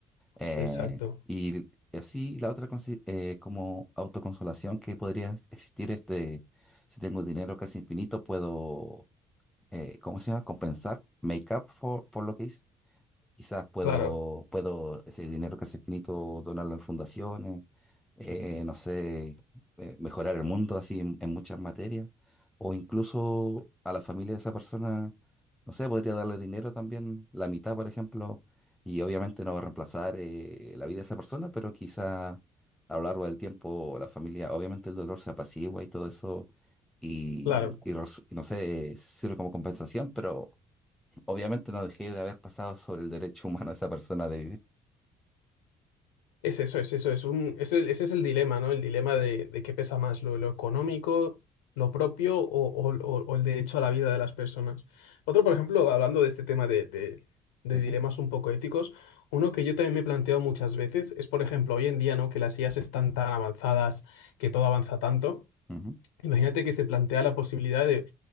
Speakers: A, in the centre; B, on the left (about 80°).
A: Eh,
B: Exacto.
A: y así la otra consi- eh, como autoconsolación que podría existir es de, si tengo dinero casi infinito, puedo, eh, ¿cómo se llama? Compensar, make up for, por lo que hice. Quizás puedo,
B: Claro,
A: puedo ese dinero que es infinito donarlo en fundaciones, eh, no sé, eh, mejorar el mundo así en, en muchas materias, o incluso a la familia de esa persona, no sé, podría darle dinero también, la mitad, por ejemplo, y obviamente no reemplazar eh, la vida de esa persona, pero quizá a lo largo del tiempo la familia, obviamente el dolor se apacigua y todo eso, y,
B: claro.
A: y res- no sé, sirve como compensación, pero Obviamente no dejé de haber pasado sobre el derecho humano de esa persona de vivir.
B: Es eso, es eso, es un, ese ese es el dilema, ¿no? El dilema de, de qué pesa más, lo, lo económico, lo propio o, o- o- o el derecho a la vida de las personas. Otro, por ejemplo, hablando de este tema de, de- de
A: Sí,
B: dilemas
A: sí.
B: un poco éticos, uno que yo también me he planteado muchas veces es, por ejemplo, hoy en día, ¿no? Que las IAs están tan avanzadas, que todo avanza tanto.
A: Ujú.
B: Imagínate que se plantea la posibilidad de